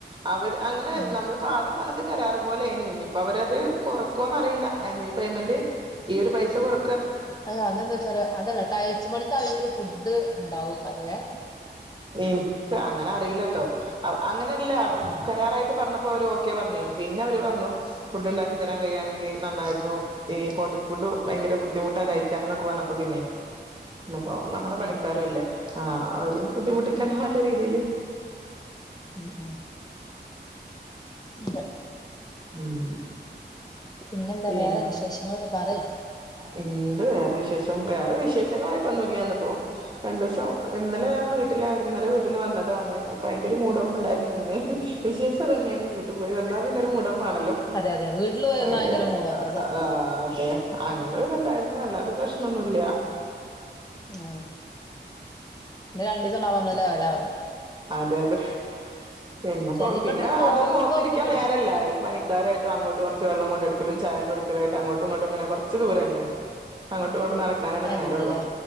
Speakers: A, on the right; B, on the left.
A: അവര് അങ്ങനെ
B: ഉം
A: നമ്മള് പ്പൊ ആദ്യം വന്നത് കരാറ് പോലെയിനു ഇഞ്ഞിപ്പോ അവരത് കൊറക്കോന്ന് അറിയില്ല. അയ്ന്ന് ഈ പെയ്മെന്റ് ഈ ഒരു പൈസ കൊറ
B: അല്ല അതന്താ വെച്ചാ അതല്ല ടൈൽസ് പണിക്ക് അല്ലെങ്കിൽ ഫുഡ് ണ്ടാവുക്കാരല്ലേ?
A: എനിക്ക് അങ്ങനെ അറിയില്ലട്ടോ അങ്ങനെയല്ല
B: ആ
A: കരാറായിട്ട് പർഞ്ഞ ഓര് ഓക്കെ പർഞ്ഞ് പിന്നെ അവര് പർഞ്ഞു ഫുഡ് ണ്ടാക്കി തരാൻ കഴിയാണെങ്കി നന്നായിരുന്നു. ഈ ഹോട്ടൽ ഫുഡ് ഭയങ്കര ബുദ്ധിമുട്ടാ കഴിക്കാൻ ന്ന് പർഞ്ഞപ്പോ പിന്നെ <unintelligible> നമ്മുടെ പണിക്കാര്
B: അതെല്ലേ
A: അല്ലേ ആഹ് അവര് ബുദ്ധിമുട്ടിക്കണ്ടാന്ന
B: ആ
A: രീതിൽ
B: ഉം ഉം അതെ
A: ഉം
B: പിന്നെന്താ
A: പിന്നെ
B: വേറെ വിശേഷങ്ങളൊക്കെ പറി?
A: എന്ത് വേറെ വിശേഷം വേറെ വിശേ ങ്ങളായിട്ടൊന്നും ഇല്ലാന്ന്പ്പോ രണ്ട് സം ഇന്നലെ ഞാൻ വീട്ടിലായിരുന്നു ഇന്നലെ വീ വന്നതാണ് അപ്പ അയിന്റെ ഒരു മൂഡ് ഓഫ് ണ്ടായിരുന്നുന്ന്. വിശേഷം അതന്നെയാണ് വീട്ട് പോയി വന്നാ പിന്നെ ഒരു മുടോഫാണല്ലോ
B: അതെ അതെ വീട്ടിൽ പോയി നിന്നാ
A: അങ്ങനെ.
B: ഭയങ്കര മൂഡ് ഓഫാ സത്യാ
A: ആഹ് അതെ അങ്ങനെ ഇത് ഇണ്ടായിരുന്നു അല്ലാത്ത പ്രശ്നൊന്നുല്ല.
B: ആഹ് രണ്ട് സണ്ടാവും നമ്മള് ലെവലാവാൻ.
A: അതെബെ പിന്നെ
B: അതെ
A: പ്പം
B: ഇവിടുന്ന്
A: പിന്നെ
B: പോകുമ്പോ
A: അതൊന്നും ഓർത്തിരിക്കാൻ
B: നമുക്ക് ഇവിടുന്ന്
A: നേരല്ല ഈ പണി ക്കാരായിട്ട് അങ്ങോട്ട് കൊർച്ച് വെള്ള കൊണ്ടടുക്കലും ചായണ്ടൊട്ക്കലായിട്ട് അങ്ങോട്ടും ങ്ങോട്ടും ഇങ്ങനെ കൊർച്ച് ദൂര ണ്ട്. അങ്ങോട്ടും ഇങ്ങോട്ടും നട കാനന്നെ
B: ഏ
A: നേരേള്ളൂ
B: വീട്ല്ലേ